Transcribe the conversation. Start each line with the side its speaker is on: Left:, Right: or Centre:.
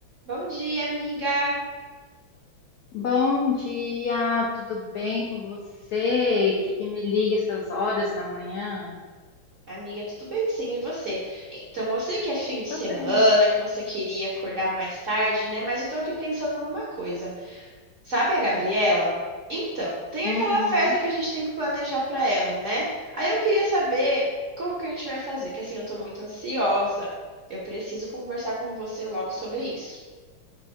Right: Bom dia, amiga.
Left: Bom dia, tudo bem com você? Que que me liga essas horas da manhã?
Right: Amiga, tudo bem? Sim, e você? Então, eu sei que é fim de semana,
Left: Tá bem.
Right: que você queria acordar mais tarde, né? Mas eu tô aqui pensando numa coisa. Sabe a Gabriela? Então, tem
Left: Uhum.
Right: aquela festa que a gente tem que planejar pra ela, né? Aí eu queria saber como que a gente vai fazer, que assim, eu tô muito ansiosa. Eu preciso conversar com você logo sobre isso.